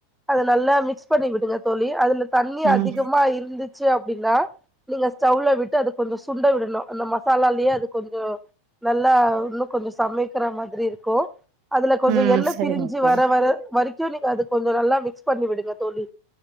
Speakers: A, in the centre; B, on the right.
A: அத நல்லா மிக்ஸ் பண்ணி விட்டுங்க தோழி அதுல தண்ணி
B: ம்
A: அதிகமா இருந்து ச்சி அப்டின்னா நீங்க ஸ்டவ்ல விட்டு அது கொஞ்சோ சுண்ட விடணு அந்த மசாலாலே அது கொஞ்சோ நல்லா இன்னு கொஞ்சே சமைக்கிற மாரி இருக்கு அதுல கொஞ்சோ
B: ம்
A: எண்ணெ
B: சரிங்க
A: பிரிஞ்சு
B: தோழி
A: வர வர வரைக் கு நீங்க அத கொஞ்சோ நல்லா மிக்ஸ் பண்ணி விடுங்க தோழி